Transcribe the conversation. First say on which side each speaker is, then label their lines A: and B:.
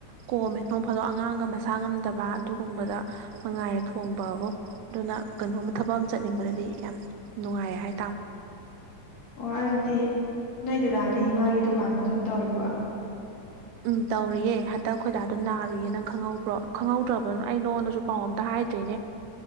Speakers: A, on the right (about 85°); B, on the left (about 85°).
A: ꯀꯣꯝꯃꯦ ꯅꯣꯡ ꯐꯥꯗꯣ ꯑꯉꯥꯡꯒ ꯃꯁꯥ ꯉꯝꯗꯕ ꯑꯗꯨꯒꯨꯝꯕꯗ ꯅꯨꯡꯉꯥꯏꯔꯦ ꯊꯣꯡꯕꯕꯨ ꯑꯗꯨꯅ ꯀꯩꯅꯣꯝꯃ ꯊꯕꯛ ꯑꯃ ꯆꯠꯅꯤꯡꯕꯗꯤ ꯌꯥꯝ ꯅꯨꯡꯉꯥꯏꯌꯦ ꯍꯥꯏꯇꯥꯥꯝꯅꯦ
B: ꯑꯣ ꯑꯗꯨꯗꯤ ꯅꯣꯏ ꯗꯥꯗꯤ ꯃꯥꯒꯤ ꯗꯨꯀꯥꯟꯗ ꯑꯗꯨꯝ ꯇꯧꯔꯤꯕꯣ
A: ꯎꯝ ꯇꯧꯔꯤꯌꯦ ꯍꯟꯗꯛ ꯈꯣꯏꯗꯥꯗꯣ ꯅꯥꯔꯨꯌꯦ ꯅꯪ ꯈꯪꯍꯧꯕ꯭ꯔꯣ ꯈꯪꯍꯧꯗ꯭ꯔꯕꯅꯣ ꯑꯩ ꯅꯉꯣꯟꯗꯁꯨ ꯄꯥꯎ ꯑꯝꯇ ꯍꯥꯏ ꯍꯥꯢꯗ꯭ꯔꯦꯅꯦ